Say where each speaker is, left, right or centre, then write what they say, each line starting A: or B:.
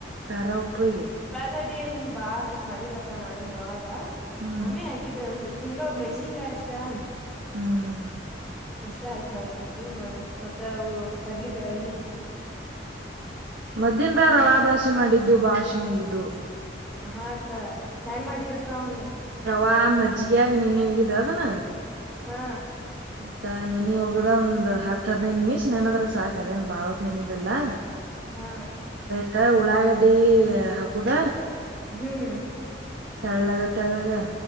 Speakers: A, on the right; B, in the centre.
A: ಕಾರಾ ಉಪ್ಪಿಗೆ.
B: ಗಡ ಏನ್ ಬಾ ಹಾಕಿ ಮಾಡಿರ್ಲಕ್ಕ ನಾವೇನ್ ಯಾವಾಗ
A: ಹ್ಮ್
B: ಒಮ್ಮೆ ಹಾಕಿದ ಅನ್ಸ ಹಿಂಗ ಮೆಸಿನ್ಕಾಯಿ ಅಷ್ಟಾ.
A: ಹ್ಮ್ ಹ್ಮ್.
B: ಅಷ್ಟ ಹಾಕಿ ಮಾಡಿರ್ತು ಮ ಮತ್ತ ಕಡ್ಲಿ ಬ್ಯಾಳಿ.
A: ಮದ್ದಿಂದಾಗ ರವಾದಾಸಿ ಮಾಡಿದ್ದೀವು ಬಾಳ್ ಶಿವ್ಯ ಆಗಿದ್ದು.
B: ಹಾಕ್ಕ ಹೆಂಗ ಮಾಡಿರಕ್ಕ ಅವನ್.
A: ರವಾ ಮರ್ಜ ಯಗ ನೀ ಇ ಉ ದದಾನ
B: ಹಾ
A: ಅಂತ ನೇಣಿ ಹೋಗದ ಒಂದ್ ಹತ್ ಹದ್ನೈದು ನಿಮಿಷ್ ನೆನದ್ರ ಸಾಕ ಅದೇನ್ ಬಾಳತ್ ನೆನಿದಲ್ಲಾ.
B: ಹಾ.
A: ಮತ್ತ ಉಳ್ಳಾಗಡ್ಡಿ ಹಾಕುದ.
B: ಹ್ಮ್.
A: ತಳ್ಳಗ ತೆಳ್ಳಗ.